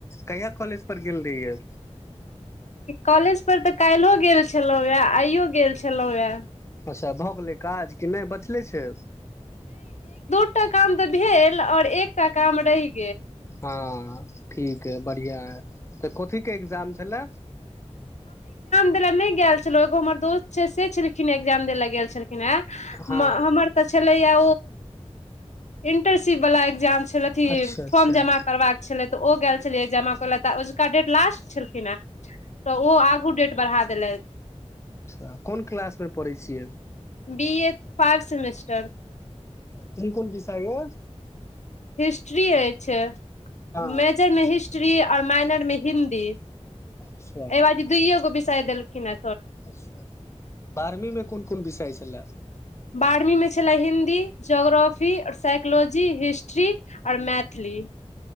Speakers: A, on the left; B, on the left.
A: कहिया कॉलेज पर गेल रहियै
B: कॉलेज पर तऽ काल्हियो गेल छलहुँ हए आइयो गेल छलहुँ ह
A: अच्छा भऽ गेलै काज कि नइ बचलै छै
B: एकटा काम तऽ भेल और एकटा काम रहि गेल
A: हँ ठीक ये बढ़िया यै तऽ कथीक के एकग्जाम छलै
B: देबई ल नइ गेल छलौ एगो हमर दोस्त छैय से छलखिन एग्जाम देले गेल छलखिन खिन है
A: हँ
B: हमर तऽ छलैया इंटरशिप वाला एगजाम छै अथि
A: अच्छा अच्छा
B: फॉर्म जमा करबाक छलै त ओ गेल छलियै जमा करैय ल अजुका डेट लास्ट छलखिन हँ तऽ ओ आगू डेट बढ़ा देलैथ
A: त कोन क्लास मे पढ़ैत छियै
B: बी ए फाइब सेमेस्टर
A: कोन कोन विषय ये
B: हिस्ट्री अछि
A: हँ
B: मेजर मे हिस्ट्री आओर माइनर मे हिन्दी
A: अच्छा
B: एइ बाजी दुइए गो बिषय देलखिन अ
A: अच्छा बारहवी मे कोन कोन विषय छलए
B: बारहवी मे छलै हिन्दी हिन्दी ज्योग्रफी आओर साइकोलॉजी हिस्ट्री आओर मैथिली